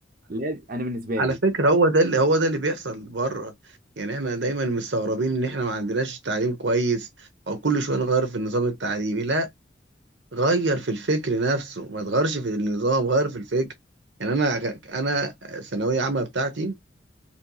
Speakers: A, on the right; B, on the right.
A: لازم انا بالنسبه
B: على
A: لي
B: فكرة هو ده اللي هو ده اللي بيحصل بره يعني احنا دايما مستغربين ان احنا ما عندناش تعليم كويس او كل شوية نغير في النظام التعليمي لا غير في الفكر نفسه ما تغيرش في النظام غير في الفكر يعني انا انا الثانوية عامة بتاعتي